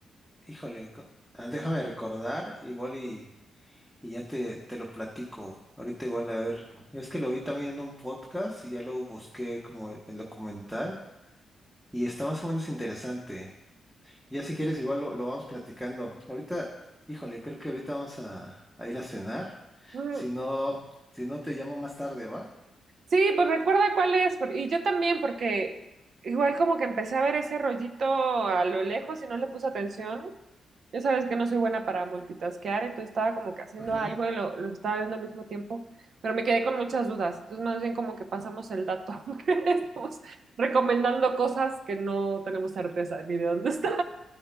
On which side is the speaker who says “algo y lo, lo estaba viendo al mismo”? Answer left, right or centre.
Right